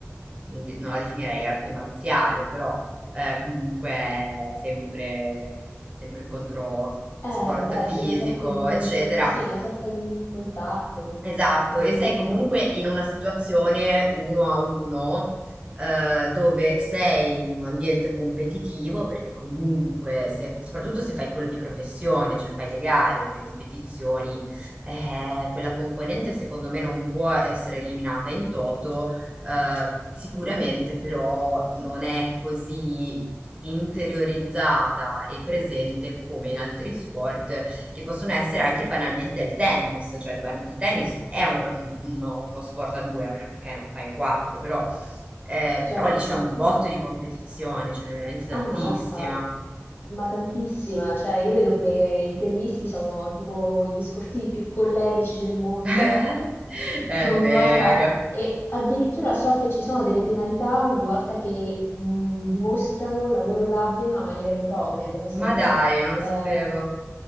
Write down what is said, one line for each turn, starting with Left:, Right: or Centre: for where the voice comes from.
Right: un di- non la definirei arte marziale, però eh, comunque è sempre, sempre contro
Left: Eh,
Right: sport
Left: beh,
Right: fisico,
Left: sì, è una sorta di,
Right: eccetera.
Left: sì, è una sorta di contatto,
Right: Esatto,
Left: sport
Right: e
Left: di
Right: sei
Left: contatto,
Right: comunque in una situazione uno a uno, eh, dove sei in un ambiente competitivo, perché comunque, se- soprattutto se fai quello di professione, cioè fai le gare, fai competizioni, eh, quella componente secondo me non può essere eliminata in toto, eh, sicuramente però non è così interiorizzata e presente come in altri sport che possono essere anche banalmente il tennis, cioè il, ban- il tennis è un r- uno, uno sport a due, a meno che ok, non lo fai a quattro, però, eh,
Left: certo.
Right: però lì c'è un botto di competizione, ce n'è veramente tantissima.
Left: Ammazza, ma tantissima, cioè io vedo che i tennisti sono tipo gli sportivi più collerici del mondo,
Right: <laughs> È
Left: <laughs> ogni
Right: vero.
Left: volta, e addirittura so che ci sono delle penalità ogni volta che mh, dimostrano la loro rabbia in una maniera impropria della serie.
Right: Ma dai, non lo
Left: Ehm,
Right: sapevo.